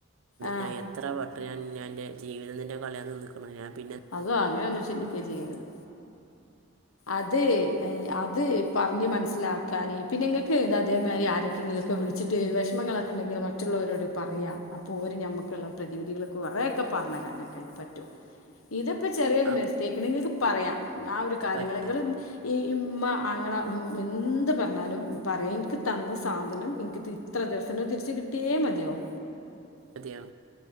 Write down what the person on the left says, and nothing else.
ആഹ്
അള്ളാ അങ്ങനെയൊന്നും ചിന്തിക്കെ ചെയ്യര്ത് അത് എ അത് പറഞ്ഞ് മനസ്സിലാക്കാന് പിന്നെങ്ങക്ക് അതേമാതിരി ആരേക്കേങ്കിലൊക്കെ വിളി ച്ചിട്ട് വെഷമങ്ങളൊക്കെണ്ടെങ്കിൽ മറ്റുള്ളവരോട് പറയാ അപ്പോര് നമ്മക്ക്ള്ള പ്രതിവിധികളക്കെ കുറേക്കെ പറഞരാനെക്കെയായിട്ട് പറ്റും ഇത് ഇപ്പൊ ചെറിയൊരു
മിസ്റ്റേക്ക്ണ്ട് ഇങ്ങക്ക് പറയാം ആ ഒരു കാര്യങ്ങള്
ഇങ്ങള് ഈ ഇമ്മ ആങ്ങള എന്ത് പറഞ്ഞാലും പറയാ ഇനിക്ക് തന്ന സാധനം ഇനിക്ക് തിരി ഇത്ര ദിവസത്തിന് അഹ് തിരിച്ച് കിട്ടിയേ മതിയാവു